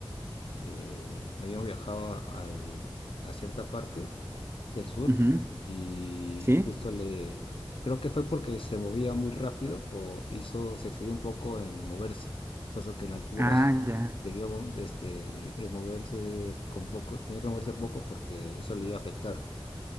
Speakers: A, on the left; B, on the right.
A: eh, habían viajado a- al- a cierta parte del sur
B: Ujú.
A: y
B: ¿Sí?
A: justo le, creo que fue porque se movía muy rápido o hizo, se excedió un poco en moverse, puesto que la altura
B: Ah,
A: <laughs>
B: ya,
A: debió este, eh, moverse con poco, tenía que moverse poco porque eso le iba a afectar.